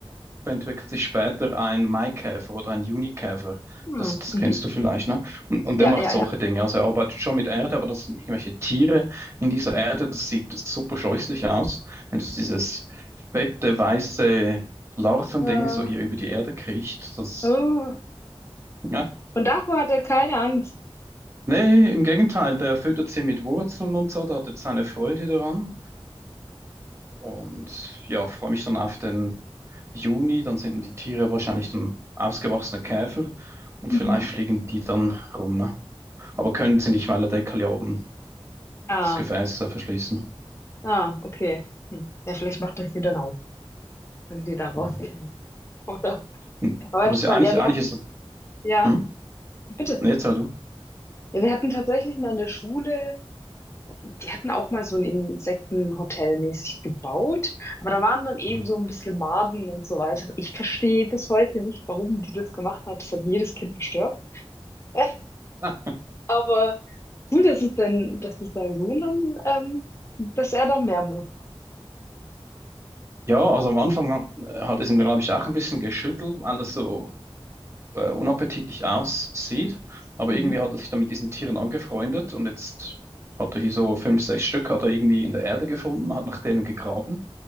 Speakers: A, on the right; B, on the left.
A: entwickelt sich später ein Maikäfer oder ein Junikäfer.
B: Ah,
A: Das, das
B: mhm.
A: kennst du vielleicht, ne? Und, und
B: Ja,
A: der macht
B: ja,
A: solche
B: ja.
A: Dinge. Also er arbeitet schon mit Erde, aber das sind irgendwelche Tiere in dieser Erde. Das sieht super scheußlich aus, wenn das dieses fette, weiße Larvending
B: Äh,
A: so hier über die Erde kriecht. Das,
B: Oh.
A: ja.
B: Und davor hat er keine Angst.
A: Nee, im Gegenteil, der füttert sie mit Wurzeln und so, da hat jetzt seine Freude daran. Und ja, freue mich dann auf den Juni. Dann sind die Tiere wahrscheinlich dann ausgewachsene Käfer und
B: mhm.
A: vielleicht fliegen die dann rum, ne? Aber können sie nicht, weil der Deckel ja oben
B: Ah,
A: das Gefäß äh, verschließen.
B: ah, okay. Hm. Ja, vielleicht macht das hier dann auch, wenn die da rausgehen.
A: Mhm.
B: <laughs> Oder?
A: Hm.
B: Aber
A: Aber
B: interessant.
A: es ist ja eigentlich,
B: Ja, wir
A: eigentlich
B: hatten.
A: ist es.
B: Ja,
A: Hm?
B: bitte.
A: Nee, Erzähl du.
B: Ja, wir hatten tatsächlich mal in der Schule, die hatten auch mal so ein Insektenhotel mäßig gebaut, aber da waren dann eben
A: Mhm.
B: so ein bisschen Maden und so weiter. Ich verstehe bis heute nicht, warum die das gemacht hat. Das hat jedes Kind verstört. Äh,
A: Ah.
B: Aber cool, dass es dein, dass es dein Sohn dann, ähm, dass er da mehr Mut.
A: Ja, also am Anfang äh, hat es ihn, glaube ich, auch ein bisschen geschüttelt, weil das so äh, unappetitlich aussieht. Aber
B: Mhm.
A: irgendwie hat er sich dann mit diesen Tieren angefreundet und jetzt hat er hier so fünf, sechs Stück, hat er irgendwie in der Erde gefunden, hat nach denen gegraben.